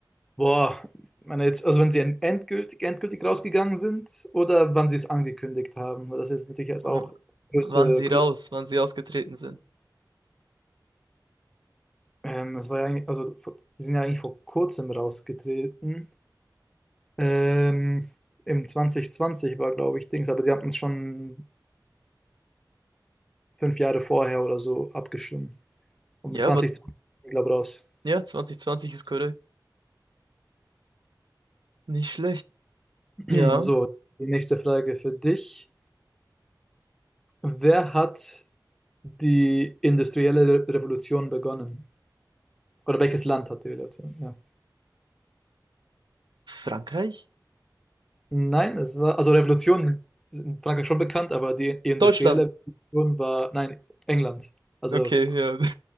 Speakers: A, in the centre; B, on the right (about 75°).
A: Boah, ich meine jetzt, also wenn sie en- endgültig, endgültig rausgegangen sind oder wann sie es angekündigt haben, weil das ist jetzt natürlich erst
B: W
A: auch große,
B: wann sie
A: große.
B: raus, wann sie ausgetreten sind.
A: Ähm, es war ja eigentlich, also vor- sie sind ja eigentlich vor kurzem rausgetreten. Ähm, im 2020 war, glaube ich, Dings, aber die hatten es schon fünf Jahre vorher oder so abgestimmt. Und
B: Ja,
A: in 2020
B: aber
A: sind die, glaube ich, raus.
B: ja, 2020 ist korrekt. Nicht schlecht.
A: <clears throat>
B: Ja.
A: So, die nächste Frage für dich. Wer hat die industrielle Re- Revolution begonnen? Oder welches Land hat die Revolution? Ja.
B: Frankreich?
A: Nein, es war, also Revolution ist in Frankreich schon bekannt, aber die industrielle
B: Deutschland.
A: Revolution war, nein, England. Also
B: Okay, ja.